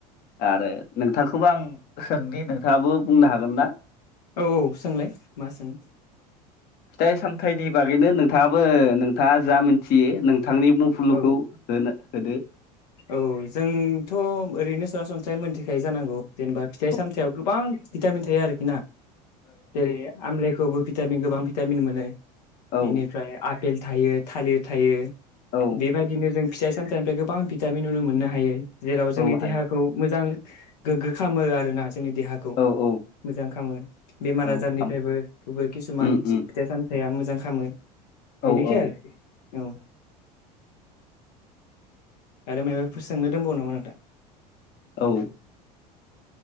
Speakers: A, on the left; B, on the left.
A: आरो नोंथांखौबो आं सोंनि नोंथाङाबो बुंनो हागोन ना?
B: औ औ सोंलाय मा सोङो।
A: फिथाइ-सामथायाइनि बागैनो नोंथाङाबो नोंथाङा जा मिथियो नों थांनि बुंफुरलुखौ
B: औ
A: ना होदो।
B: औ जोंथ' ओरैनो सरासनस्रायै मोनथिखायो जानांगौ जेनेबा फिथाइ-सामथायाव
A: ओ
B: गोबां भिटामिन थायो आरोखि ना। जेरै आमलाइखौबो भिटामिन गोबां भिटामिन मोनो।
A: ओ औ
B: बेनिफ्राय आपेल थायो, थालिर थायो।
A: औ
B: बेबायदिनो जों फिथाइ-सामथाइनिफ्राय गोबां भिट भिटामिन नुनो मोननो हायो। जेराव जोंनि
A: औ हायो
B: देहाखौ मोजां गोग्गो खामो आरोना ज जोंनि देहाखौ
A: औ औ
B: मोजां खामो बेमार-आजारनिफ्रायबो
A: औ खाम
B: खौबो किसुमान
A: उम उम
B: फिथाइ सामथाइया मोजां खामो। बिनोखै
A: औ औ
B: आरो औ। आरो मायबाफोर सोंनो दंबावो नाम मा नोंथां? <inaudible>
A: औ